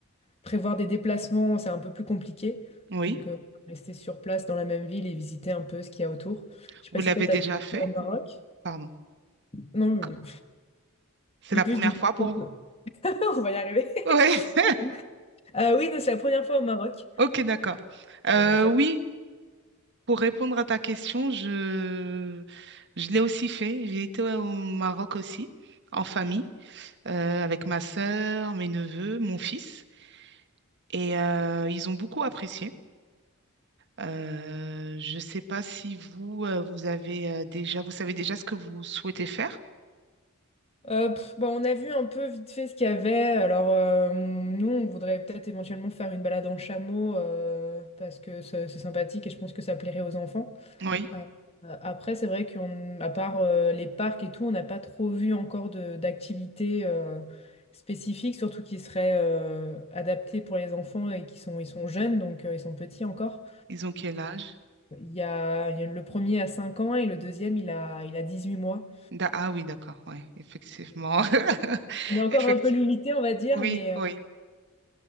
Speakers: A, on the left; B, on the right.
A: prévoir des déplacements, c'est un peu plus compliqué.
B: Oui.
A: Donc euh, rester sur place dans la même ville et visiter un peu ce qu'il y a autour. Je sais
B: Vous
A: pas
B: l'avez
A: si toi t'as
B: déjà
A: déjà
B: fait?
A: été au Maroc.
B: ou- Pardon.
A: Non, euh,
B: Co- C'est
A: du
B: la
A: coup
B: première
A: je disais,
B: fois pour
A: <laughs>
B: vous?
A: on va y arriver. <laughs>
B: Oui. <laughs>
A: Euh, oui, non, c'est la première fois au Maroc.
B: Ok, d'accord. Euh,
A: Euh, donc, c'est-
B: oui, pour répondre à ta question, je, je l'ai aussi fait. J'ai été au Maroc aussi, en famille, euh, avec ma sœur, mes neveux, mon fils. Et euh, ils ont beaucoup apprécié. Euh, je ne sais pas si vous, euh, vous avez euh, déjà, vous savez déjà ce que vous souhaitez faire.
A: Euh, pff, bah, on a vu un peu vite fait ce qu'il y avait. Alors, euh, nous, on voudrait peut-être éventuellement faire une balade en chameau euh, parce que c'est c'est sympathique et je pense que ça plairait aux enfants.
B: Oui.
A: Euh, après, c'est vrai qu'on, à part euh, les parcs et tout, on n'a pas trop vu encore de- d'activités euh, spécifiques, surtout qui seraient euh, adaptées pour les enfants et qui sont, ils sont jeunes, donc euh, ils sont petits encore.
B: Ils ont quel âge?
A: Il y a, il y a le premier à 5 ans et le deuxième, il a, il a dix huit mois.
B: Da- ah oui, d'accord, ouais, effectivement. <laughs>
A: On est encore
B: Effectivement.
A: un peu limité, on va dire,
B: Oui,
A: mais,
B: oui.
A: euh,